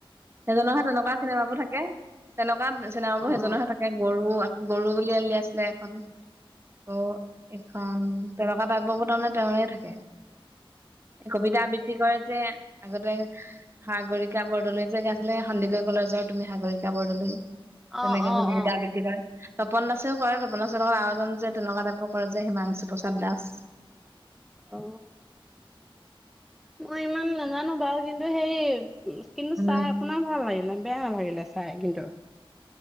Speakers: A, on the right (about 25°); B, in the centre.
A: সেইজনৰহে তেনেকুৱা চিনেমাবোৰ থাকে। তেনেকুৱা চিনেবাবোৰ
B: অ
A: সেইজনৰহে থাকে। গৰু, গৰু বুলি উলিয়াইছিলে। আকৌ এইখন তেনেকা টাইপৰ বোৰ তাৰমানে তেওঁৰে থাকে। কবিতা আবৃত্তি কৰে যে আগতে, সাগৰিকা বৰদলৈ। যে আছিলে সন্দিকৈ কলেজৰ তুমি সাগৰিকা বৰদলৈ তেনেকে
B: অ অ
A: যে কবিতা
B: অ
A: আবৃতি কৰে। তপন দাসেও কৰে। তপন দাসৰ লগত আৰু এজন যে তেনেকুৱা টাইপৰ কৰে যে হিমাংশু প্ৰসাদ দাস।
B: অ মই ইমান নাজানো বাৰু কিন্তু সেই কিন্তু
A: উম,
B: চাই আপোনাৰ ভাল লাগিলে বেয়া নালাগিলে চাই কিন্তু।